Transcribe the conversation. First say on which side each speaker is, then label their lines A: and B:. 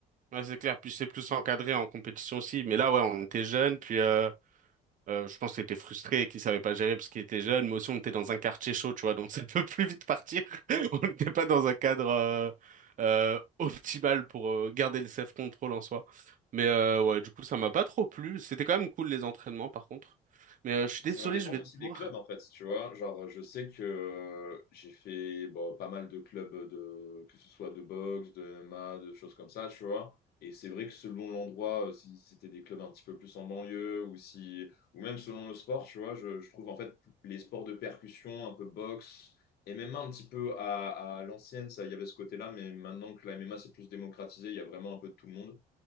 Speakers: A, on the right; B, on the left.
A: Ouais, c'est clair, puis c'est plus encadré en compétition aussi. Mais là, ouais, on était jeunes, puis euh, euh, je pense qu'il était frustré, et qu'il savait pas gérer parce qu'il était jeune, mais aussi on était dans un quartier chaud, tu vois, donc <laughs> ça peut plus vite partir. <laughs> On n'était pas dans un cadre euh, euh, optimal pour euh, garder le self-control en soi. Mais euh, ouais, du coup, ça m'a pas trop plu. C'était quand même cool les entraînements, par contre. Mais euh, je suis désolé,
B: Ça va dépendre
A: je vais devoir.
B: aussi des clubs, en fait, tu vois. Genre, je sais que j'ai fait bon, pas mal de clubs, de, que ce soit de boxe, de MMA, de choses comme ça, tu vois. Et c'est vrai que selon l'endroit, euh, si c'était des clubs un petit peu plus en banlieue, ou si, ou même selon le sport, tu vois, je, je trouve en fait les sports de percussion, un peu boxe, et même un petit peu à, à l'ancienne, ça, il y avait ce côté-là, mais maintenant que la MMA c'est plus démocratisé, il y a vraiment un peu de tout le monde.